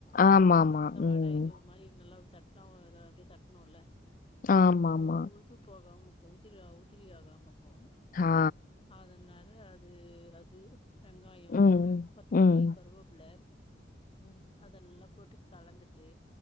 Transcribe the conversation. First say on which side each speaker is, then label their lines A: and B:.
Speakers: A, on the left (about 50°); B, on the left (about 30°).
A: ஆமாமா.
B: அந்த
A: ம்.
B: வடை இது மாதிரி நல்லா தட்டுனா ஒரு அப்டியே தட்ணும்ல
A: ஆமாமா.
B: ஒரு இது போகாம உதிரியா உதிரி ஆகாம இருக்கும்
A: ஆ.
B: அதனால அது அது வெங்காயம்
A: ம்.
B: கொத்தமல்லி
A: ம்.
B: கருவேப்பில அதெல்லாம் போட்டு கலந்துட்டு